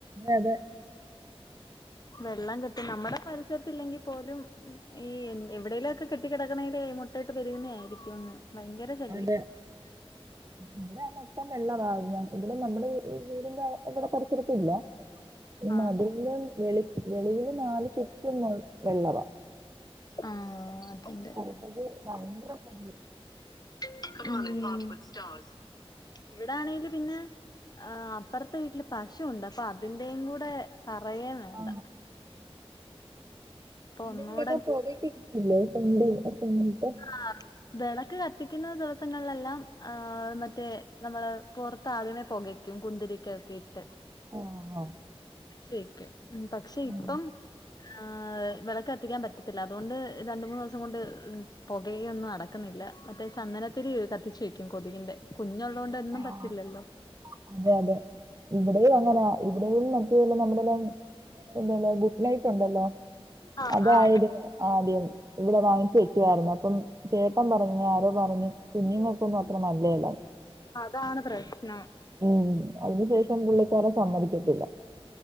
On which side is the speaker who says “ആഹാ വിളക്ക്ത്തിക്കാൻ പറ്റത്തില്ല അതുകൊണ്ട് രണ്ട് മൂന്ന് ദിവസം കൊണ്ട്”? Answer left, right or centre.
Left